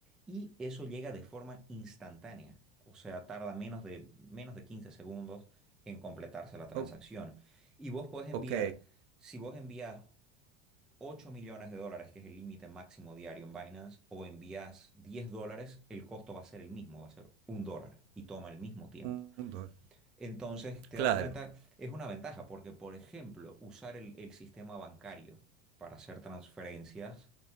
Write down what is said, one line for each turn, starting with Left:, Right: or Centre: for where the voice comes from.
Centre: y eso llega de forma instantánea. O sea, tarda menos de, menos de 15 segundos en completarse la transacción.
Right: O-
Centre: Y vos podés enviar,
Right: ok.
Centre: si vos envías 8 millones de dólares, que es el límite máximo diario en Binance, o envías 10 dólares, el costo va a ser el mismo, va a ser un dólar y toma el mismo tiempo.
Right: Un, un dólar.
Centre: Entonces, te
Right: Claro.
Centre: das cuenta, es una ventaja porque, por ejemplo, usar el, el sistema bancario para hacer transferencias